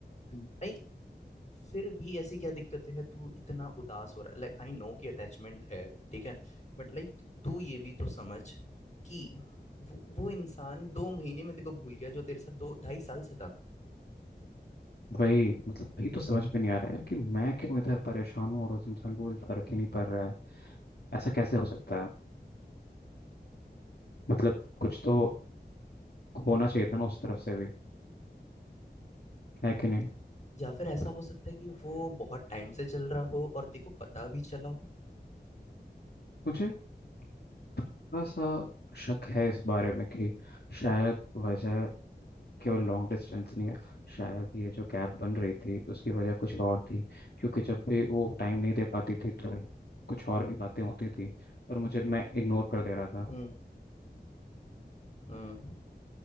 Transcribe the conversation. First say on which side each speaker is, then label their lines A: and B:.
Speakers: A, on the left; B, on the left.
A: हम्म।
B: भाई फिर भी ऐसी क्या दिक्कत है तू इतना उदास हो रहा है लाइक आई नो कि अटैचमेंट है ठीक है बट लाइक तू ये भी तो समझ कि वो वो इंसान दो महीने में देखो भूल गया जो तेरे साथ दो ढाई साल से था
A: वही मतलब वही तो समझ में नहीं आ रहा है कि मैं क्यों इधर परेशान हूँ और उस इंसान को कोई फर्क ही नहीं पड़ रहा है ऐसा कैसे हो सकता है मतलब कुछ तो होना चाहिए था ना उस तरफ से भी है
B: हम्म।
A: कि नहीं
B: या फिर ऐसा हो सकता है कि वो बहुत टाइम से चल रहा हो और तेरे को पता भी चला हो
A: मुझे थोड़ा सा शक है इस बारे में कि शायद वजह केवल लॉन्ग डिस्टेंस नहीं है शायद ये जो गैप बन रही थी उसकी वजह कुछ और थी क्योंकि जब भी वो टाइम नहीं दे पाती थी तो कुछ और भी बातें होती थी पर मुझे मैं इग्नोर कर दे रहा था
B: हम्म हम्म